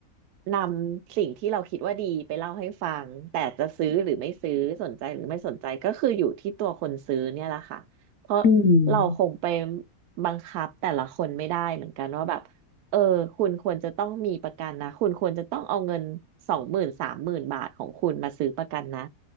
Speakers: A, on the right (about 90°); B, on the left (about 65°).
A: นำสิ่งที่เราคิดว่าดีไปเล่าให้ฟังแต่จะซื้อหรือไม่ซื้อสนใจหรือไม่สนใจก็คืออยู่ที่ตัวคนซื้อเนี่ยแหละค่ะเพราะ
B: อืม
A: เราคงไปบังคับแต่ละคนไม่ได้เหมือนกันว่าแบบเออคุณควรจะต้องมีประกันนะคุณควรจะต้องเอาเงินสองหมื่นสามหมื่นบาทของคุณมาซื้อประกันนะ